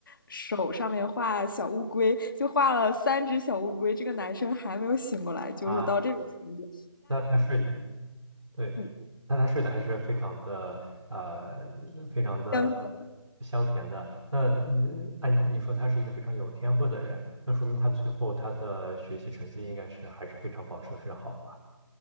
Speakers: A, on the left; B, on the right.
A: 手上面画小乌龟，就画了三只小乌龟。这个男生还没有醒过来，就是到这种程度。
B: 啊，那他是对，
A: 嗯，
B: 那他睡得还是非常的呃，非常的
A: 相信
B: 香甜的。那你按你说他是一个非常有天赋的人，那说明他最后他的学习成绩应该是还是非常保持的非常好吧？